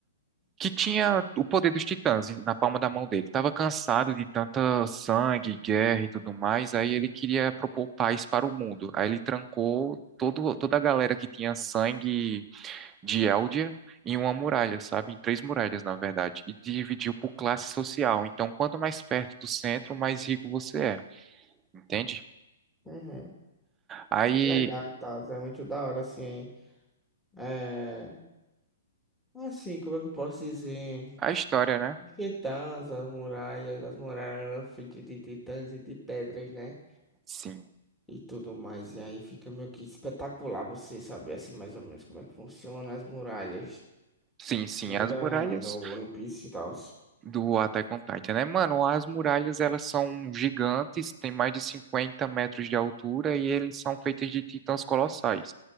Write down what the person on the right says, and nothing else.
Que tinha o poder dos titãs na palma da mão dele. Estava cansado de tanta sangue, guerra e tudo mais. Aí ele queria propor paz para o mundo. Aí ele trancou todo, toda a galera que tinha sangue de Eldia em uma muralha, sabe? Em três muralhas, na verdade. E dividiu por classe social. Então, quanto mais perto do centro, mais rico você é entende?
Aí
a história, né?
Sim.
Sim, sim,
as
muralhas
do Attack on Titan, né? Mano, as muralhas elas são gigantes, tem mais de 50 metros de altura e eles são feitas de titãs colossais,